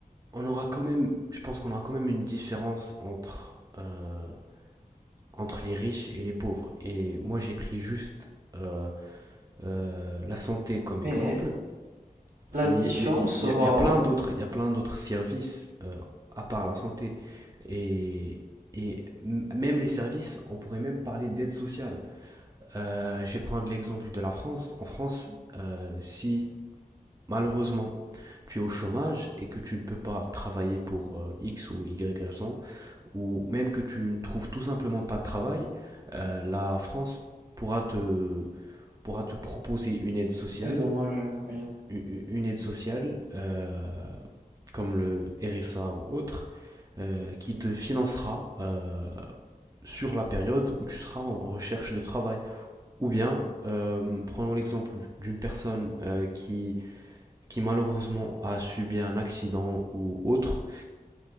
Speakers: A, on the right; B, on the right.
A: on aura quand même, je pense qu'on aura quand même une différence entre, euh, entre les riches et les pauvres. Et moi, j'ai pris juste euh, euh, la santé comme exemple,
B: Mais La
A: mais
B: différence
A: il
B: sera
A: y, y, y, a plein d'autres, il y a plein d'autres services euh, à part la santé et et même les services, on pourrait même parler d'aide sociale. Euh, je vais prendre l'exemple de la France. En France, euh, si malheureusement tu es au chômage et que tu ne peux pas travailler pour euh, X ou Y raison, ou même que tu ne trouves tout simplement pas de travail, euh, la France pourra te, pourra te proposer une aide sociale
B: dédommagée, oui.
A: une aide sociale, euh, comme le RSA ou autre, euh, qui te financera euh, sur la période où tu seras en recherche de travail. Ou bien, euh, prenons l'exemple d'une personne euh, qui, qui malheureusement a subi un accident ou autre,